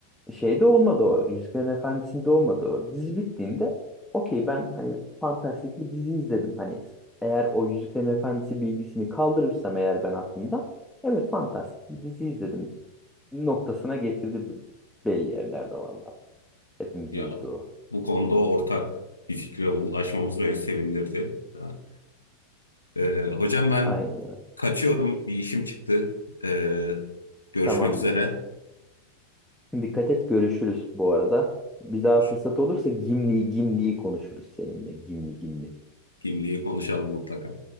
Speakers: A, in the centre; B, on the left (about 80°).
A: şeyde olmadı o. Yüzüklerin Efendisi'nde olmadı o. Dizi bittiğinde okey ben hani fantastik bir dizi izledim. Hani eğer o Yüzüklerin Efendisi bilgisini kaldırırsam eğer ben aklımda evet fantastik bir dizi izledim noktasına getirdi belli yerlerde valla. Hepimizi
B: Ya
A: üzdü o.
B: bu konuda ortak bir fikre ulaşmamız beni sevindirdi. Ya, e, hocam ben
A: Aynen.
B: kaçıyorum bir işim çıktı. E, görüşmek
A: Tamamdır.
B: üzere.
A: Dikkat et görüşürüz bu arada. Bir daha
B: Görüş-
A: fırsat olursa Gimli Gimli'yi konuşuruz seninle. Gimli Gimli.
B: Gimli'yi konuşalım mutlaka.